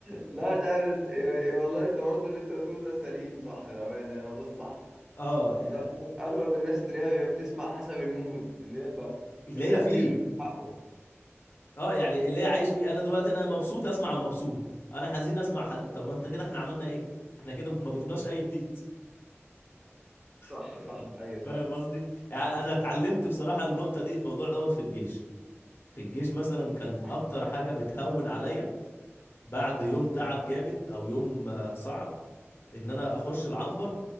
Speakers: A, on the right; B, on the left.
A: لا مش عارف يعني والله انت برضه اللي انت بتقوله ده سليم صح بامانه يعني هو ده الصح
B: اه
A: لا اغلب الناس تلاقيها هي بتسمع حسب المود اللي هي ب-
B: اللي
A: بحيث ادي
B: هي فيه
A: للمود حقه
B: اه يعني اللي هي عايش فيه انا دلوقتي انا مبسوط اسمع مبسوط انا حزين اسمع حزين طب ما انت كده احنا عملنا ايه احنا كده ما ضفناش اي جديد <laughs>
A: صح صح ايوه صح
B: فاهم قصدي يعني انا اتعلمت بصراحه النقطه دي الموضوع دوت في الجيش في الجيش مثلا كانت
A: تمام
B: اكتر حاجه بتهون عليا بعد يوم تعب جامد او يوم آه، صعب ان انا اخش العنبر